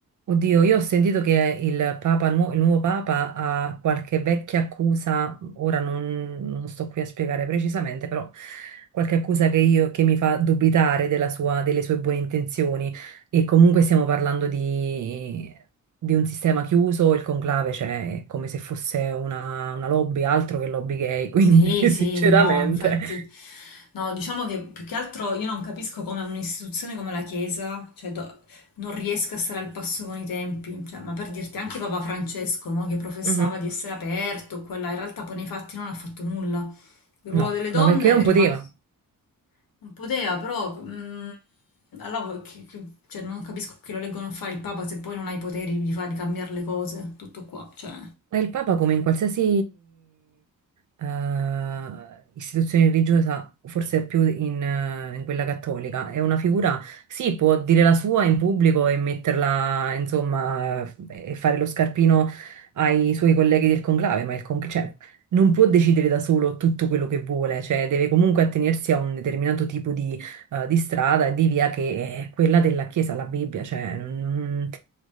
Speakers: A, on the right; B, on the left.
A: Oddio, io ho sentito che il Papa, il nuo- il nuovo Papa ha qualche vecchia accusa, ora non, non sto qui a spiegare precisamente, però qualche accusa che, io, che mi fa dubitare della sua- delle sue buone intenzioni. E comunque stiamo parlando di, di un sistema chiuso, il conclave, cioè è come se fosse una, una lobby, altro che lobby gay, quindi
B: Sì,
A: <laughs>
B: sì,
A: sinceramente.
B: no, infatti, no, diciamo che più che altro io non capisco come un'istituzione come la Chiesa, cioè, do- non riesca a stare al passo con i tempi, cioè, ma per dirti anche Papa Francesco, no, che professava
A: Mhm.
B: di essere aperto, quella, in realtà poi nei fatti non ha fatto nulla. Il ruolo
A: No,
B: delle donne
A: ma perché non
B: è rimasto,
A: poteva?
B: non poteva, però, mm, allora, che- che- cioè, non capisco che lo leggono a fare il Papa se poi non ha i poteri di fare, di cambiare le cose, tutto qua, cioè.
A: Ma il Papa, come in qualsiasi eh, istituzione religiosa, forse più in, eh, in quella cattolica, è una figura, sì, può dire la sua in pubblico e metterla, insomma, eh, e fare lo scarpino ai suoi colleghi del conclave, ma il con- cioè, non può decidere da solo tutto quello che vuole, cioè deve comunque attenersi a un determinato tipo di, eh, di strada e di via che è quella della Chiesa, la Bibbia, cioè... non-